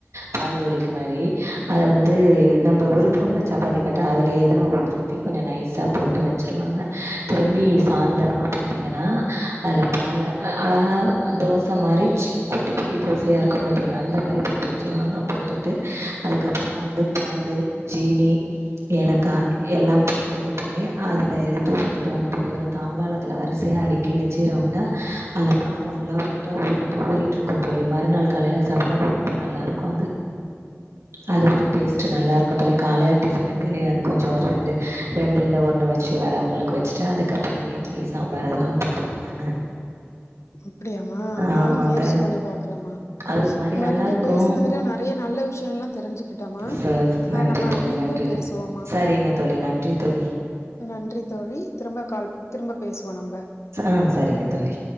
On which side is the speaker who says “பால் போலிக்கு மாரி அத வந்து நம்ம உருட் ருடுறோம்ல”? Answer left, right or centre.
Right